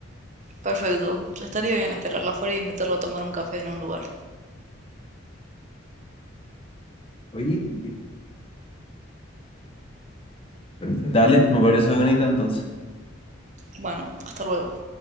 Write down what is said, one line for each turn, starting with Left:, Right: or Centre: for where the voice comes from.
Right: Perfecto. Estaría bien esperarla afuera y invitarla a tomar un café en un lugar.
Left: Oye, y- dale, me parece bonita entonces.
Right: Bueno, hasta luego.